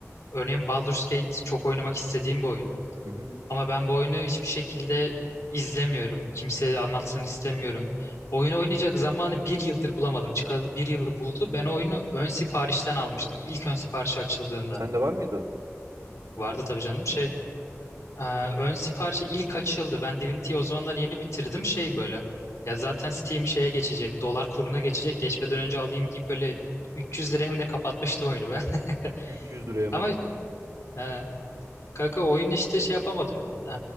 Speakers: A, on the left (about 80°); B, on the right (about 85°).
A: Örneğin Baldur's Gate çok oynamak istediğim bir oyun.
B: Hı hı.
A: Ama ben bu oyunu hiçbir şekilde izlemiyorum. Kimseye anlatsın istemiyorum. Oyunu oynayacak zamanı bir yıldır bulamadım. Çıkalı bir yılı buldu. Ben o oyunu ön siparişten almıştım. İlk ön siparişi açıldığında.
B: Sende var mıydı o?
A: Vardı tabii canım şey.
B: Hı.
A: Ee, ön siparişi ilk açıldı. Ben Divinity'yi o zamanlar yeni bitirdim şey böyle. Ya zaten Steam şeye geçecek, dolar kuruna geçecek. Geçmeden önce alayım deyip böyle 300 liraya mı ne kapatmıştım oyunu ben.
B: 300
A: <laughs>
B: liraya mı?
A: Ama e, kanka oyun işte şey yapamadım. Ee,